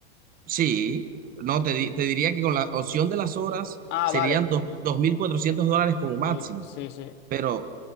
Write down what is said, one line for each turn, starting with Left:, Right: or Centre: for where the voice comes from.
Right: sí, no, te, di- te diría que con la opción de las horas
Left: Ah,
Right: serían
Left: vale.
Right: dos- 2400 dólares como máximo,
Left: Sí, sí, sí.
Right: pero